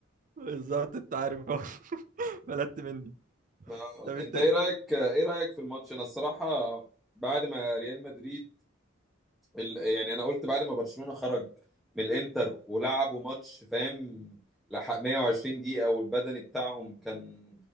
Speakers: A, on the right; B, in the centre.
A: بالظبط انت عارف اهو. <laughs> بلدت مني
B: آه،
A: طب
B: انت
A: انت
B: ايه رايك ايه رايك في الماتش انا الصراحة بعد ما ريال مدريد ال- يعني انا قلت بعد ما برشلونة خرج من الانتر ولعبوا ماتش فاهم لحق 120 دقيقة والبدني بتاعهم كان